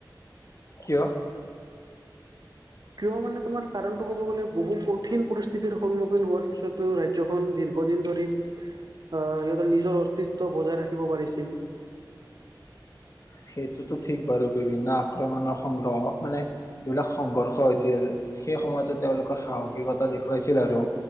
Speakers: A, on the left; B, on the right.
A: কিয়?
B: কিয় মানে তোমাৰ কাৰণটো ক'ব গ'লে বহু কঠিন পৰিস্থিতিৰ সন্মুখীন হোৱাৰ পিছতো। ৰাজ্যখন দীৰ্ঘদিন ধৰি আহ সিহঁতৰ নিজৰ অস্তিত্ব বজাই ৰাখিব পাৰিছিল।
A: সেইটোতো ঠিক বাৰু বিভিন্ন আক্ৰমণৰ সংগ্ৰহ মানে। এইবিলাক সংঘৰ্ষ হৈছিল সেই সময়তো তেওঁলোকৰ সাহসিকতা দেখুৱাইছিল আৰু।